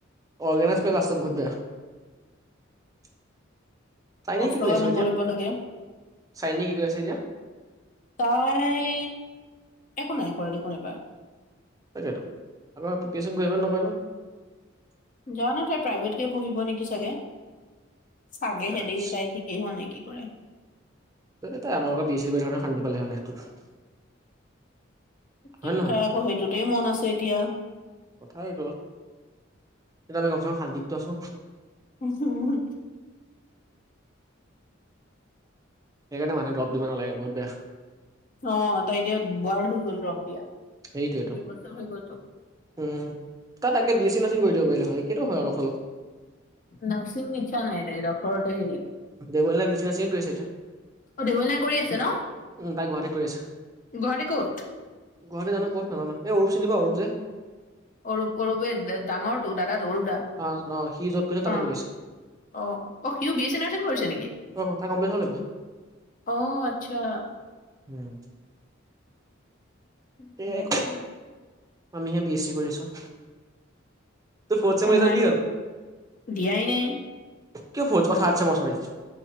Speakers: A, on the right; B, on the left.
A: অৰ্গেনাইজ কৰিলে লাষ্টত বহুত বেয়া। তাকে
B: কষ্ট
A: কি কৰি
B: গালো
A: আছ এতিয়া?
B: কৰিব লাগে
A: চাইনি কি কৰি আছে এতিয়া?
B: তই একো নাই কৰা দেখোন এইবাৰ।
A: তাকেতো আকৌ প্ৰিপিয়েশ্যন কৰিব নে নকৰিব?
B: জানো তাই প্ৰাইভেটকে পঢ়িব নেকি চাগে? চাগেহে
A: আচ্ছা।
B: দেই, তাই ঠি সি মানে কি কৰে?
A: তহ তাই আমাৰ লগত বি চি কৰি থকা হলে শান্তি পালে হলে লাইফটোত।
B: কিন্তু
A: হয় নে নহয়?
B: তাই আক সেইটোতেই মন আছে এতিয়া।
A: কথা এইটো এতিয়া আমি গমছ হানগিতটো আছো।
B: হু হু হু।
A: সেইকাৰণে মানুহে ডব দিব নালাগে বহুত বেয়া।
B: অ তই এতিয়া বোৱাৰ হৈ গল ৰং দিয়া।
A: সেইতোৱেটো।
B: দুই বছৰ হৈ গ'লতো
A: উম, তাত তাকে বি এছ চি নাৰ্চিং কৰি দিব পাৰিলে হয়। সেইটো হয়। অলপ অলপ
B: নাৰ্চিং ইচ্ছা নাই। তাইৰ, ডক্টৰত হে হেৰি
A: দেবলিনাই বিজনেছিং কৰিছে এতিয়া
B: অ দেৱলিনাই কৰি আছে নহ,
A: উম তাই গুৱাহাটীত কৰি আছে।
B: গুৱাহাটীৰ কত?
A: গুৱাহাটী জানো কত নাজানো। এই অৰূপ চিনি পাৱ অৰূপ যে
B: অৰূপ, অৰূপে দে ডাঙৰটো দাদাটো অৰূপ দা।
A: অহ অহ, সি যত কৰি আছে, তাতে
B: অ
A: কৰি আছোঁ।
B: অ, অ সিও বি এছ চি নাৰ্চিং কৰিছে নেকি?
A: অ' তাৰ কমপ্লিট হ'ল এইবাৰ।
B: অ আচ্ছা।
A: <inaudible>
B: নাজানো
A: এয়াই ক,
B: দেই
A: আমিহে বি এছ চি কৰি আছোঁ। তোৰ ফৰ্থছেমৰ
B: আমাৰ
A: ৰিজাল্ট কি হল?
B: দিয়াই নাই
A: কিয় ফৰ্থ অ থাৰ্ড ছেম, চৰি